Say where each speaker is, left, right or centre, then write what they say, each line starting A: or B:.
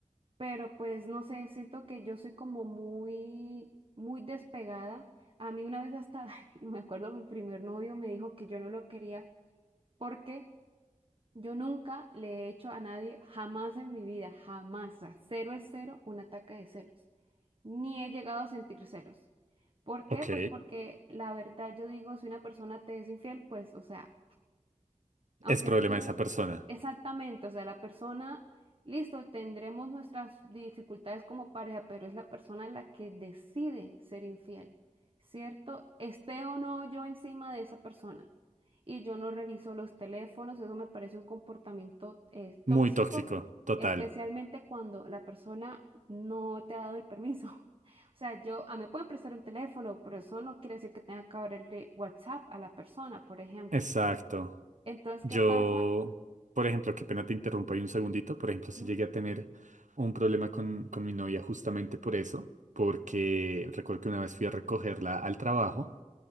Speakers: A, on the right (about 45°); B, on the right (about 75°).
A: pero pues no sé, siento que yo soy como muy, muy despegada. A mí una vez hasta, <laughs> me acuerdo, mi primer novio me dijo que yo no lo quería porque yo nunca le he hecho a nadie, jamás en mi vida, jamás, a cero es cero, un ataque de celos. Ni he llegado a sentir celos. ¿Por
B: ok.
A: qué? Pues porque la verdad yo digo, si una persona te es infiel, pues, o sea... Aunque
B: Es problema
A: tú,
B: de esa persona.
A: exactamente, o sea, la persona, listo, tendremos nuestras dificultades como pareja, pero es la persona la que decide ser infiel, ¿cierto? Esté o no yo encima de esa persona. Y yo no reviso los teléfonos, eso me parece un comportamiento eh, tóxico,
B: Muy tóxico, total.
A: especialmente cuando la persona no te ha dado el permiso. <laughs> O sea, yo, a me pueden prestar un teléfono, pero eso no quiere decir que tenga que abrirle WhatsApp a la persona, por ejemplo.
B: Exacto.
A: Entonces,
B: Yo,
A: ¿qué pasa?
B: por ejemplo, qué pena te interrumpo ahí un segundito. Por ejemplo, si
A: Ujú.
B: llegué a tener un problema con, con mi novia justamente por eso, porque recuerdo que una vez fui a recogerla al trabajo